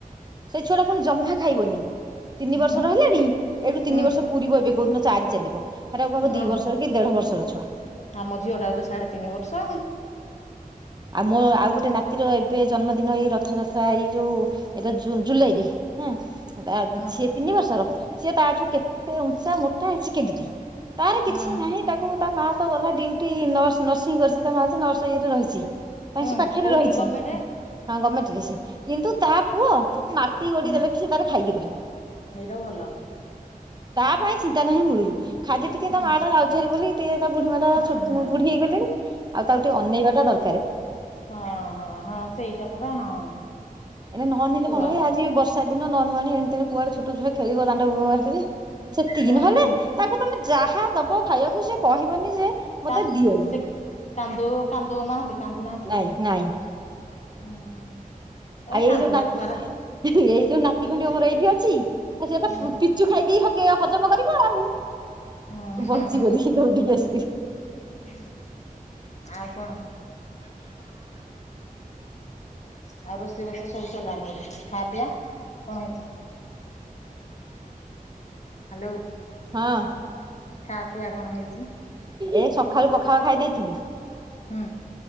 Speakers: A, on the right (about 30°); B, on the left (about 50°).
A: ସେ ଛୁଆଟା ପୁଣି ଜମା ଖାଇବନି। ତିନି
B: ହୁଁ
A: ବର୍ଷର ହେଲାଣି, ଏଇଠୁ
B: ହୁଁ।
A: ତିନି ବର୍ଷ ପୂରିବ ଏବେ କୋଉଦିନ ଚାରି ଚାଲିବ। ହେଇରାକୁ ହବ
B: ଓହୋ
A: ଦି ବର୍ଷର କି ଦେଢ ବର୍ଷର ଛୁଆ।
B: ଆମ ଝିଅଟାକୁ ତ ସାଢେ ତିନି ବର୍ଷ ଆଉ।
A: ଆଉ ମୋ, ଆଉ ଗୋଟେ ନାତିର ଏବେ ଜନ୍ମଦିନ ଏଇ ରଥଯାତ୍ରା ଏଇ ଯୋଉ ଏଇ ତ ଜୁନ୍ ଜୁଲାଇରେ। ହଁ ତା
B: ହୁଁ
A: ସିଏ ତିନି ବର୍ଷର, ସିଏ ତା ଠୁ କେତେ ଉଞ୍ଚା ମୋଟା ଅଛି କେଡେଟିଏ। ତାର
B: ହୁଁ
A: କିଛି ନାହିଁ ତାକୁ, ତା ମାଆ ତ ଗଲା ଡ୍ୟୁଟି, ନର୍ସ ନର୍ସିଂ କରିଛି ତା ମାଆ ଯେ ନର୍ସ ଇଏରେ ରହିଛି। ପାଇଁ
B: ହୁଁ
A: ସେ ପାଖରେ
B: କୋଉଠି
A: ରହିଛି।
B: ଗମେଣ୍ଟ
A: ହଁ, ଗମେଣ୍ଟରେ ସିଏ। କିନ୍ତୁ ତା ପୁଅ, ମାଟି ଗୋଡି
B: ହୁଁ
A: ଦେଲେ ବି ସିଏ ତାର ଖାଇକି ରହିବ।
B: ସେଇଟା ଭଲ
A: ତା ପାଇଁ ଚିନ୍ତା ନାହିଁ ମୂଳୁରୁ। ଖାଲି ଟିକେ
B: ହୁଁ
A: ତା ମାଆଟା ଯାଉଛି ହାରି ବୋଲିକି ତା ବୁଢୀ ମାଆଟା
B: ହୁଁ
A: ଛୋଟ
B: ହୁଁ
A: ବୁଢୀ ହେଇଗଲେଣି, ଆଉ ତାକୁ ଟିକେ ଅନେଇବାଟା ଦର
B: ହଁ-ହଁ-ହଁ, ସେଇଟା ପୁରା ହଁ।
A: ଏଇରା ନ ଅନେଇଲେ
B: ଛୁଆର
A: କଣ, ଏ ଆଜି ବର୍ଷା ଦିନ ନୁଆନୂଆଣି ଏଣୁତେଣେ କୁଆଡେ ଛୋଟ ଛୁଆ ଖେଳିବ ଦାଣ୍ଡଘାଟରେ
B: ହୁଁ
A: ସେତିକି
B: ହୁଁ
A: ନହେଲେ
B: ହୁଁ
A: ତାକୁ ତମେ ଯାହା ଦବ ଖାଇବାକୁ ସେ କହିବନି ଯେ ମତେ
B: କାନ୍
A: ଦିଅନି
B: ସେ କାନ୍ଦଉ କାନ୍ଦଉ ନାହାନ୍ତି କାନ୍ଦୁ ନାହାନ୍ତି।
A: ନାଇଁ ନାଇଁ
B: ଉଁ ଏ
A: ଆଉ ଏଇ
B: କାନ୍ଦୁରା
A: ଯୋଉ ନା
B: ଛୁଆରା
A: ଏଇ ଯୋଉ ନାତି ଖଣ୍ଡିକ ମୋର ଏଇଠି ଅଛି ଆ ସିଏତ
B: ହୁଁ
A: ପିଚୁ ଖାଇ କି ହଗେ ହଜମ କରିବ ଆଉ
B: ହୁଁ ହୁଁ
A: ବଞ୍ଚିଗଲି
B: ହୁଁ
A: ଦୌଡିକି ଆସିକି।
B: ହୁଁ ଆଉ କଣ। ଆଉ ରୋଷେଇବାଷ ସବୁ ସରିଲାଣି ବୋଧେ ଖାଆ ପିଇଆ କଣ ହେଇଛି। ହାଲୋ।
A: ହଁ।
B: ଖାଆ ପିଆ କଣ ହେଇଛି?
A: ଏ ସକାଳୁ ପଖାଳ ଖାଇ ଦେଇଥିଲୁ।
B: ହୁଁ।